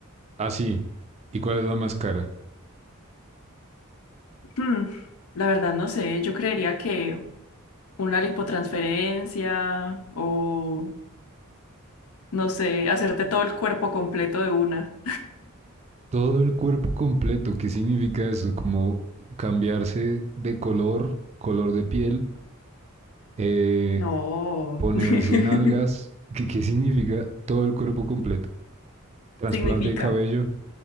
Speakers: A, on the right (about 30°); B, on the left (about 80°).
A: ah sí ¿Y cuál es la más cara?
B: Hmm, la verdad no sé, yo creería que una lipotransferencia o, no sé, hacerte todo el cuerpo completo de una.
A: Todo el cuerpo completo, ¿qué significa eso? Como cambiarse de color, color de piel, eh,
B: No,
A: ponerse
B: <laughs>
A: nalgas, ¿qué, qué significa todo el cuerpo completo? Trasplante
B: significa.
A: de cabello.